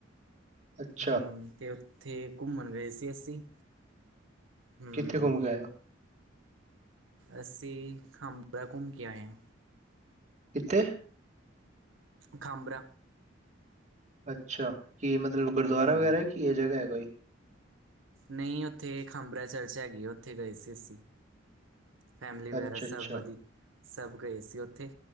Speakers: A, on the right (about 40°); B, on the right (about 80°).
A: ਅੱਛਾ
B: ਹੂੰ, ਤੇ ਉੱਥੇ ਘੁੰਮਣ ਗਏ ਸੀ ਅਸੀਂ। ਹੂੰ
A: ਕਿੱਥੇ ਘੁੰਮਕੇ ਆਏ ਓ?
B: ਅਸੀਂ, ਖਾਂਬਰਾ ਘੁੰਮ ਕੇ ਆਏ ਆਂ।
A: ਕਿੱਥੇ?
B: ਖਾੰਬਰਾ।
A: ਅੱਛਾ, ਕੀ ਮਤਲਬ ਗੁਰਦੁਆਰਾ
B: ਹਮ
A: ਵਗੈਰਾ ਕੀ ਇਹ ਜਗ੍ਹਾ ਹੈ ਕੋਈ?
B: ਨਹੀਂ ਉੱਥੇ, ਖਾੰਭਰਾ ਚਰਚ ਹੈਗੀ ਆ, ਉੱਥੇ ਗਏ ਸੀ ਅਸੀਂ। ਫੈਮਲੀ ਵਗੈਰਾ
A: ਅੱਛਾ
B: ਸਭ
A: ਅੱਛਾ
B: ਵਧੀ, ਸਭ ਗਏ ਸੀ ਉੱਥੇ।